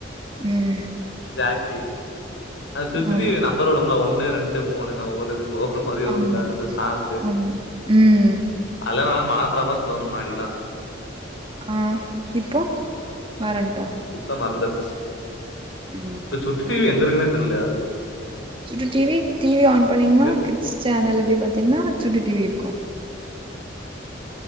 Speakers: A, on the right (about 25°); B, on the left (about 70°).
A: ம்
B: ஜாக்கி அது சுட்டி
A: ஆமா
B: டிவி நம்பர் வருல ஒன்னு ரெண்டு மூணுன்னு ஒவ்வொருதுக் ஓபன் மாரி வரும்ல
A: ஆமா
B: அந்த சாங்கு
A: ஆமா ம்
B: அதெல்லா நல்லா மனப்பாடமா சொல்லுவே முன்னாடிலா
A: ஆ இப்போ வரண்ட்டா
B: இப்ப மறந்துடுச்சு
A: ம்
B: இப்ப சுட்டி டிவி எங்க இருக்குனே தெர்ல
A: சுட்டி டிவி டிவி ஆன் பண்ணீங்கன்னா
B: இரு
A: கிட்ஸ் சேனல் போய் பாத்தீங்கன்னா சுட்டி டிவி இருக்கு